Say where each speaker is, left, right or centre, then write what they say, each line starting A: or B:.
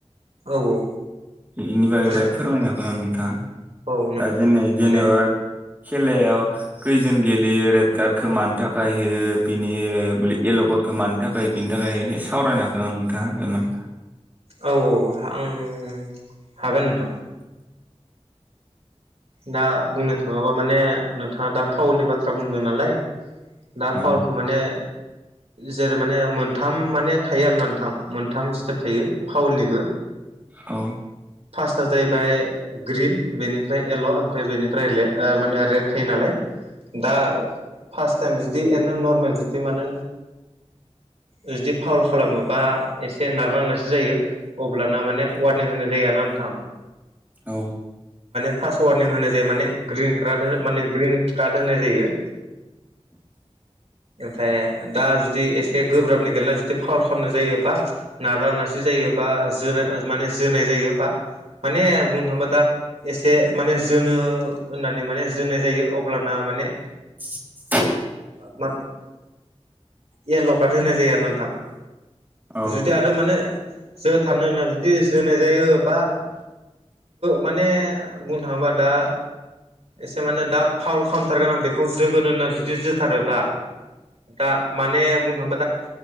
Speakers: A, on the right; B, on the right.
A: औ औ
B: बेनि बागै
A: माने
B: फोरमायना गोनां नोंथाङा
A: औ नोंथां
B: दा जेन जेनेबा
A: माने
B: खेलायाव खैजोन गेलेयो आरो गार्डखौ मानो थाखाय हो बिनि एलगदखौ मानो थाखाय बिनि थाखाय सावरायन हांगोन दा बेमोन
A: औ औ आं हागोन नोंथां दा बुंनो थाङोबा माने नोंथाङा दा फाावलनि बाथ्रा बुंदों नालाय दा
B: औ
A: पावारखौ माने जेरै माने मोनथाम माने थायो आरो ना नोंथां मोनथाम स्टेप थायो फावलनिबो
B: औ
A: फार्स्टआ जाहैबाय ग्रिन बेनिफ्राय येल्ल' ओमफ्राय बेनिफ्राये माने रेट थायो नालाय दा फार्स्ट टाइम बिुदि एरनो नरमेल जुदि मान जुदि फावल खालामो बा एसे नारा नारसो जायो अब्लाना माने वारनिं होनाय जाय ना नोंथां
B: औ
A: पास वारनिं होनाय जायो माने ग्रिन कार्ड माने ग्रिन कार्ड होनाय जायो ओमफफ्राय दा जुदि एसे गोब्राबनि गेलेला जुदि फावल खालामनाय जायो बा नारा नारसिि जायो बा जोनाय माने जोनाय जायो बा माने बुंनो थांबा दा एसे माने जोनो होननानै माने जोनाय जायो अब्लाना माने
B: बि
A: मा इयाल काट होनाय जायो आरो नोंथां
B: औ
A: जुदि आरो माने जो थानो होननानै जुदि जोनाय जायो बा माने बुंनो थाङोबा दा एसे माने दा फावल खालामथारगोन आं बेखौ जोगोनो होनना जुदि जोथारोबा दा माने बुंनो थांयोबा दा